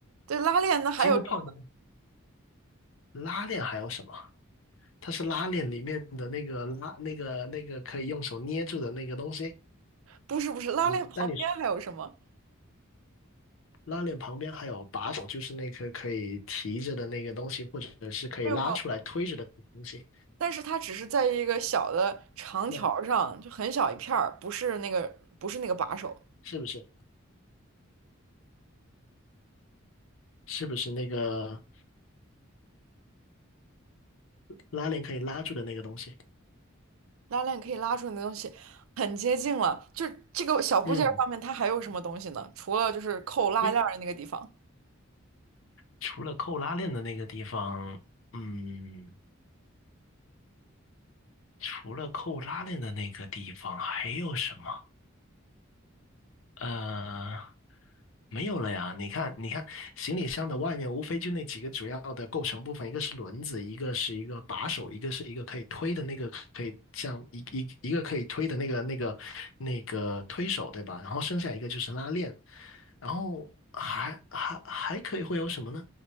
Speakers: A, on the right; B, on the left.
A: 对拉链，那还有什么？
B: 几乎碰不到拉链，还有什么？它是拉链里面的那个拉那个那个可以用手捏住的那个东西，
A: 不是不是，拉链旁边还有什么？
B: 你但你拉链旁边还有把手，就是那颗可以提着的那个东西，或者是可以拉出来推着的东西。
A: 没有没有，但是它只是在一个小的长条儿上，
B: 那
A: 就很小一片儿，不是那个不是那个把手。
B: 是不是？是不是那个拉链可以拉住的那个东西？
A: 拉链可以拉出来的东西很接近了。就这个小部件儿上面，
B: 嗯，
A: 它还有什么东西呢？除了就是扣拉链儿的那个地方。
B: 诶除了扣拉链的那个地方，嗯，除了扣拉链的那个地方，还有什么？呃，没有了呀。你看，你看，行李箱的外面无非就那几个主要的构成部分，一个是轮子，一个是一个把手，一个是一个可以推的那个，可以像一一一个可以推的那个那个那个推手，对吧？然后剩下一个就是拉链，然后还还还可以会有什么呢？